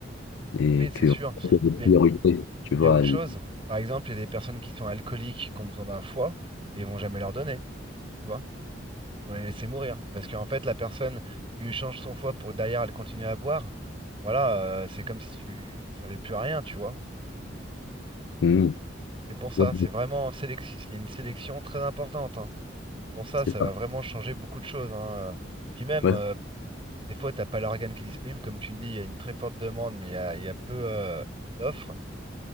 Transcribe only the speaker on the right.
oui, c'est
sûr.
Mais
il y a autre
chose. Par exemple, il y a des personnes qui sont alcooliques, qui ont besoin d'un foie, mais ils vont jamais leur donner. Tu vois? Ils vont les laisser mourir. Parce qu'en fait, la personne, tu lui changes son foie pour que derrière elle continue à boire. Voilà, euh, c'est comme si tu... ça servait plus à rien, tu vois.
Donc c'est pour ça,
c'est vraiment sélection, il y a une sélection très importante. hein. C'est pour ça,
ça va
vraiment changer beaucoup de choses. hein. Euh, Puis même,
euh, des fois, t'as pas l'organe qui est disponible. Comme tu me dis, il y a une très forte demande, mais il y a, il y a peu euh, d'offres.